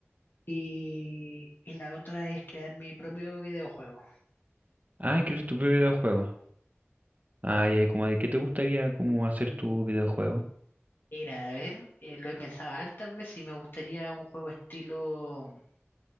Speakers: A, on the left; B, on the right.
A: y, y la otra es crear mi propio videojuego.
B: Ah, quieres tu propio videojuego. Ah, ya. ¿Y como de qué te gustaría como hacer tu videojuego?
A: Era, a ver, eh, lo he pensado hartas veces y me gustaría un juego estilo mm,